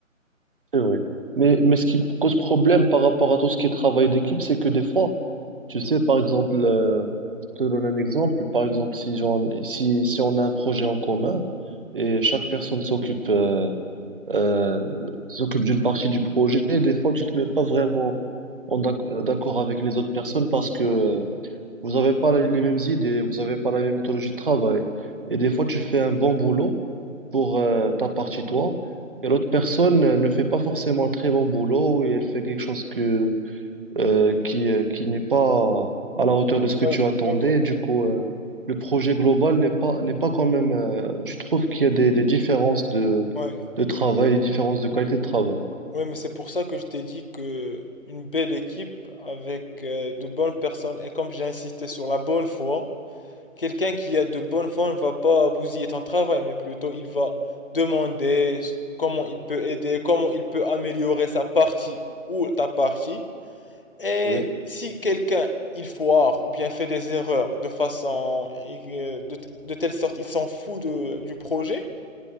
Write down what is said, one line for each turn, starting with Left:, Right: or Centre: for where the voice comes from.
Right: C'est vrai. Mais, mais ce qui me cause problème par rapport à tout ce qui est travail d'équipe, c'est que des fois, tu sais, par exemple, euh, je te donne un exemple, par exemple, si, j'en- si, si on a un projet en commun et chaque personne s'occupe euh, euh, s'occupe d'une partie du projet, des fois, tu te mets pas vraiment en d'ac- d'accord avec les autres personnes parce que euh, vous avez pas la- les mêmes idées, vous avez pas la même méthodologie de travail. Et des fois, tu fais un bon boulot pour euh, ta partie, toi, et l'autre personne euh, ne fait pas forcément un très bon boulot et elle fait quelque chose que, euh, qui, euh, qui n'est pas à la hauteur de ce que
Left: Ouais,
Right: tu attendais.
Left: je vois.
Right: Du coup, euh, le projet global n'est pas, n'est pas quand même... euh, tu trouves qu'il y a des, des différences de,
Left: Ouais.
Right: de travail, des différences de qualité de travail.
Left: Oui, mais c'est pour ça que je t'ai dit que une belle équipe avec euh, de bonnes personnes, et comme j'ai insisté sur la bonne foi, quelqu'un qui a de bonne foi ne va pas bousiller ton travail, mais plutôt il va demander s- comment il peut aider, comment il peut améliorer sa partie ou ta partie. Et
Right: Oui,
Left: si quelqu'un il foire ou bien fait des erreurs de façon euh, de, t- de telle sorte il s'en fout de- du projet,